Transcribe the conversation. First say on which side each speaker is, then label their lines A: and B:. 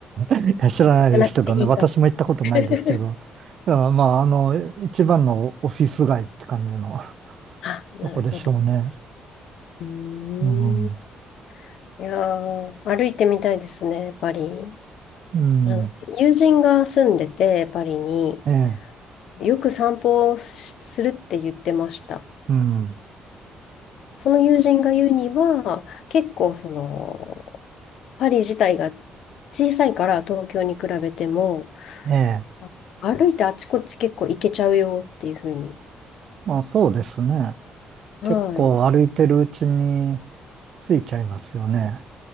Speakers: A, on the right; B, on the left.
A: え、いや知らないですけどね、
B: 行かなくていいから。
A: 私も行ったことないですけど、
B: <laughs>
A: いやまあ、あの、一番のオフィス街って感じの
B: あ、
A: <laughs>
B: なるほど。
A: とこでしょうね。
B: うーん。
A: うん、
B: いやー、歩いてみたいですね、パリ。
A: うん、
B: あの友人が住んでて、パリに、
A: ええ、
B: よく散歩をしするって言ってました。
A: うん、
B: その友人が言うには、結構その、パリ自体が小さいから東京に比べても、
A: ええ、
B: あ歩いてあちこち結構行けちゃうよっていうふうに、
A: まあそうですね。
B: はい、
A: 結構歩いてるうちに着いちゃいますよね。